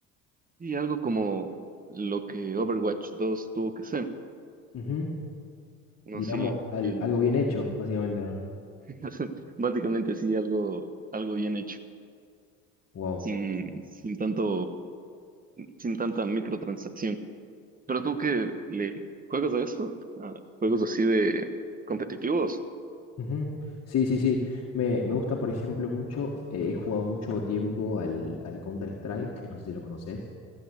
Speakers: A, on the right; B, on the left.
A: y algo como lo que Overwatch 2 tuvo que ser.
B: Ujú.
A: No,
B: Digamos,
A: sí,
B: al-
A: eh,
B: algo bien hecho, básicamente, ¿no?
A: <laughs> básicamente sí, algo, algo bien hecho,
B: Wow.
A: sin, sin tanto, sin tanta microtransacción. Pero tú que le juegas a eso, ¿A juegos así de competitivos,
B: Ujú. Sí, sí, sí. Me, me gusta, por ejemplo, mucho. eh, he jugado mucho tiempo al, al Counter-Strike, que no sé si lo conoces.